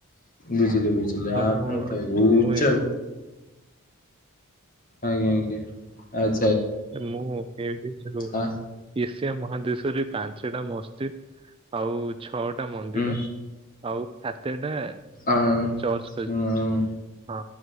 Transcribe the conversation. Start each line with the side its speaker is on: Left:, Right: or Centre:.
Left: ବୁଝିଲ ବୁଝିଲ
Right: ହଁ
Left: ଆପଣ
Right: ମୁଁ
Left: ଉଚ୍ଚ।
Right: ମୁଁ ଏ
Left: ଆଜ୍ଞା ଆଜ୍ଞା ଆଛ୍
Right: ମୁଁ ଏଇଠି ଯୋଉ ରହୁ
Left: ଆ
Right: ମହାଦେଶରେ ପାଞ୍ଚଟା ମସ୍‌ଜିଦ୍‌ ଆଉ ଛଅ ଟା ମନ୍ଦିର
Left: ହୁଁ
Right: ଆଉ ସାତେଟା
Left: ଆଁ
Right: ଚର୍ଚ୍ଚ କରି
Left: ହୁଁ
Right: ହଁ